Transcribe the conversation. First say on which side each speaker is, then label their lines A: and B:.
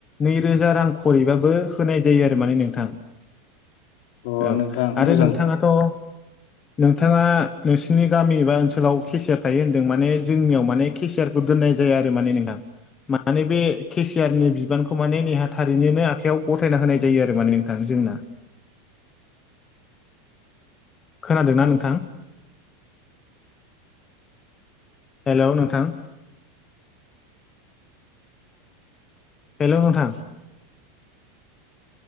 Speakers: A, on the left (about 20°); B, on the left (about 60°).
A: नैरोजा रां खरैबाबो होनाय जायो आरो माने नोंथां
B: अ
A: औ
B: नोंथां
A: आरो
B: मोजां
A: नोंथाङाथ' नोंथाङा नोंसिनि गामि एबा ओनसोलाव केसियार थायो हो दों माने जोंनियाव माने केसियारखौ दोननाय जाया आरो माने नोंथां माने बे केसियारनि बिबानखौ माने नेहाथारिनोनो आखाइायाव गथायना होनाय जायो आरो माने नोंथां जोंना खोनादोंना नोंथां? हेलौ नोंथां। हेलौ नोंथां